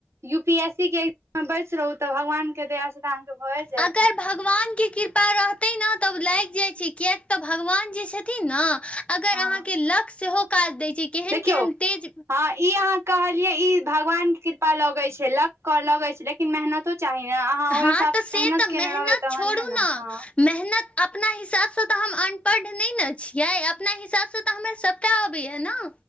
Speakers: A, on the right; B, on the left.
A: यू पी एस सी के एग्जाम में बैस रहू तऽ भगवानके दयासँ तऽ अहाँके भऽ जायत
B: अगर भगवानके कृपा रहतै ने तब लागि जाइ छै कियाकि तऽ भगवान जे छथिन ने अगर
A: हँ
B: अहाँ के लक सेहो काज दय छै केहन
A: देखियौ
B: केहन तेज
A: हँ ई अहाँ कहलियै ई भगवान के कृपा लगे छय लक कऽ लगे छै लेकिन मेहनतो चाही ने अहाँ ओहि
B: हँ
A: हिसाबसँ
B: तऽ से
A: मेहनत
B: तऽ
A: केने
B: मेहनत
A: रहबै तहने
B: छोड़ू
A: ने हँ
B: मेहनत अपना हिसाबसँ तऽ हम अनपढ़ नहि ने छियै अपना हिसाबसँ तऽ हममे सब सबटा ओबईया नऽ